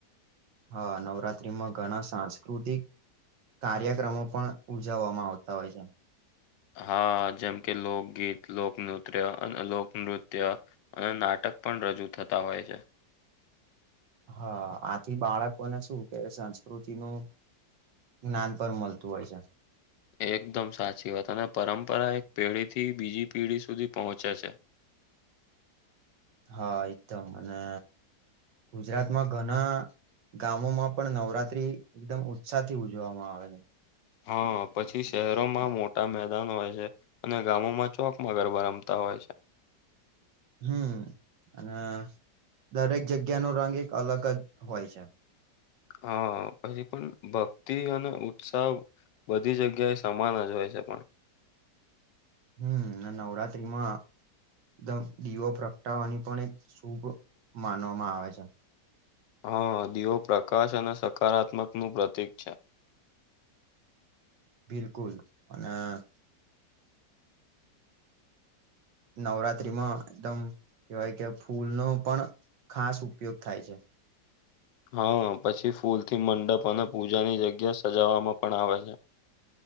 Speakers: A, on the right (about 80°); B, on the left (about 85°).
A: હા નવરાત્રીમાં ઘણા સાંસ્કૃતિક કાર્યક્રમો પણ ઉજવવામાં આવતા હોય છે.
B: હા જેમ કે લોકગીત લોકનૃત્ય અને લોકનૃત્ય અને નાટક પણ રજૂ થતા હોય છે.
A: હા આથી બાળકોને શું કે સંસ્કૃતિનું જ્ઞાન પર મળતું હોય છે.
B: એકદમ સાચી વાત અને પરંપરા એક પેઢી થી બીજી પેઢી સુધી પહોંચે છે.
A: હા એકદમ અને ગુજરાતમાં ઘણા ગામો માં પણ નવરાત્રી એકદમ ઉત્સાહ થી ઉજવામાં આવે છે.
B: હા પછી શહેરોમાં મોટા મેદાન હોય છે. અને ગામોમાં ચોકમાં ગરબા રમતા હોય છે.
A: હમ્મ અને દરેક જગ્યાનો રંગ એક અલગ જ હોય છે.
B: હા પછી પણ ભક્તિ અને ઉત્સાહ બધી જગ્યા એ સમાન જ હોય છે પણ
A: હમ્મ ને નવરાત્રીમાં <unintelligible> દીવો પ્રગટાવાની પણ એક શુભ માનવામાં આવે છે.
B: હા દીવો પ્રકાશ અને સકારાત્મક નું પ્રતીક છે.
A: બિલકુલ અને નવરાત્રીમાં એકદમ કહેવાય કે ફૂલનો પણ ખાસ ઉપયોગ થાય છે.
B: હા પછી ફૂલ થી મંડપ અને પૂજાની જગ્યા સજાવામાં પણ આવે છે.